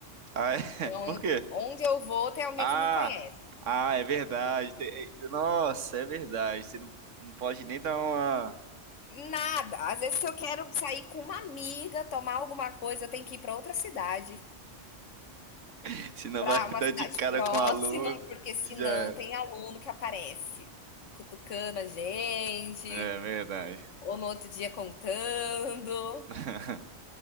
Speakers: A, on the right (about 85°); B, on the left (about 85°).
A: Ah, é? <laughs>
B: Então,
A: Por
B: eu-
A: quê?
B: onde eu vou, tem alguém
A: Ah,
B: que me conhece.
A: ah, é verdade. Tem- é- Nossa, é verdade. Você não, não pode nem dar uma.
B: Nada. Às vezes, se eu quero sair com uma amiga, tomar alguma coisa, eu tenho que ir para outra cidade,
A: <laughs> Senão
B: para
A: vai
B: uma
A: dar
B: cidade
A: de cara
B: próxima,
A: com o aluno
B: porque senão
A: e já era.
B: tem aluno que aparece cutucando a gente,
A: É verdade.
B: ou no outro dia contando.
A: <laughs>